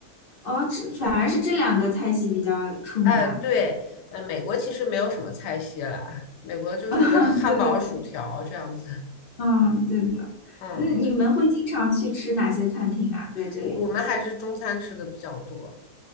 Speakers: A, on the left; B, on the left.
A: 哦，这反而是这两个菜系比较出名啊。
B: 哎，对，呃，美国其实没有什么菜系啦，美国就是汉堡、
A: <laughs> 啊，对对对，
B: 薯条这样子。
A: 嗯，对的。
B: 嗯，
A: 嗯，你们会经常去吃哪些餐厅啊？在这里？
B: 我我们还是中餐吃的比较多，